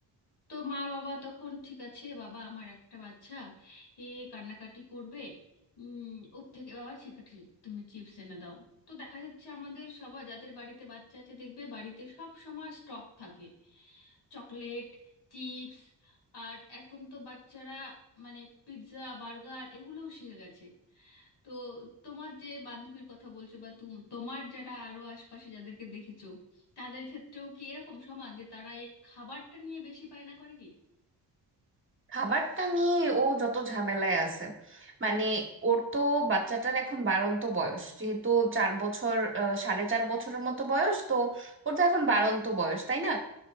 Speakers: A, on the left; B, on the right.
A: তো মা বাবা তখন ঠিক আছে বাবা আমার একটা বাচ্চা এ কান্নাকাটি করবে উম ওর থেকে বাবা ঠিক আছে তুমি চিপস এনে দাও তো দেখা যাচ্ছে আমাদের সবার যাদের বাড়িতে বাচ্চা আছে দেখবে বাড়িতে সব সময় স্টক থাকে চকলেট চিপস আর এখন তো বাচ্চারা মানে পিৎজা বার্গার এগুলোও শিখে গেছে তো তোমার যে বান্ধবীর কথা বলছো বা তুম তোমার যারা আরো আশপাশে যাদেরকে দেখেছো তাদের ক্ষেত্রেও কি এরকম সমান যে তারা এই খাবারটা নিয়ে বেশি বায়না করে কি
B: খাবারটা নিয়ে ও যত ঝামেলায় আছে মানে ওর তো বাচ্চাটার এখন বাড়ন্ত বয়স যেহেতু চার বছর আহ, সাড়ে চার বছরের মতো বয়স তো ওর তো এখন বাড়ন্ত বয়স তাই না